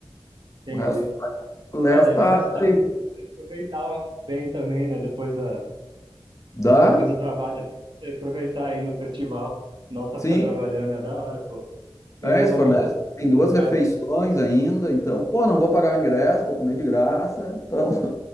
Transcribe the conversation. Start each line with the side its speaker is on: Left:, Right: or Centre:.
Right: entendi.
Left: O resto, o resto
Right: É, daí
Left: tá
Right: dá pra, dá
Left: livre.
Right: pra você aproveitar bem também, né? Depois, da,
Left: Dá?
Right: depois do trabalho, assim, você aproveitar ainda o festival. Não só
Left: Sim.
Right: ficar trabalhando, é da hora, pô. Eu.
Left: É, isso fornece. Tem duas refeições
Right: É.
Left: ainda, então, pô, não vou pagar o ingresso, vou comer de graça. Então,